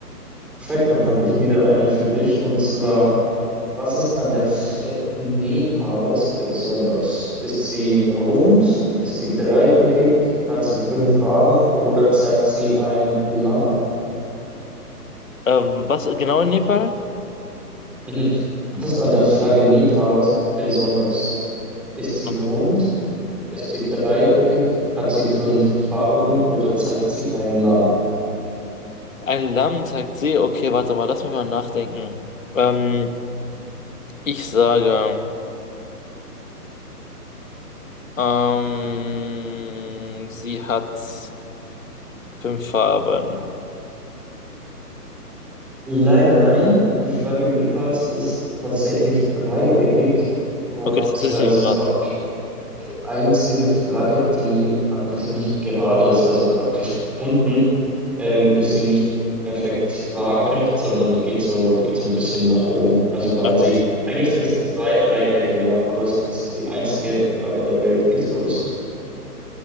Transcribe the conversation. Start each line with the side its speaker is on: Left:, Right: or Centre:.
Centre: perfekt, dann habe ich wieder eine für dich und zwar. Was ist an der Flagge Nepals besonders? Ist sie rund? Ist sie dreieckig? Hat sie fünf Farben oder zeigt sie ein Lama?
Left: Äh, was genau in Nepal?
Centre: Mhm. Was ist an der Flagge Nepals besonders? Ist sie
Left: Okay.
Centre: rund? Ist sie dreieckig? Hat sie fünf Farben oder zeigt sie ein Lama?
Left: Ein Lamm zeigt See. Okay, warte mal, lass mich mal nachdenken. Ähm, ich sage. Ähm, sie hat fünf Farben.
Centre: Leider nein. Die Flagge Nepals ist tatsächlich dreieckig und
Left: Okay, das hätte ich
Centre: äh,
Left: nicht
Centre: sie
Left: geraten.
Centre: ist auch die einzige Flagge, die praktisch nicht gerade ist. Also praktisch <laughs> unten ähm, ist sie nicht perfekt waagerecht, sondern geht so, geht so ein bisschen nach oben. Also weil
Left: Ach was.
Centre: sie, eigentlich sind es zwei Dreiecke, ja, aber es, sie ist die einzige Flagge der Welt, die so ist.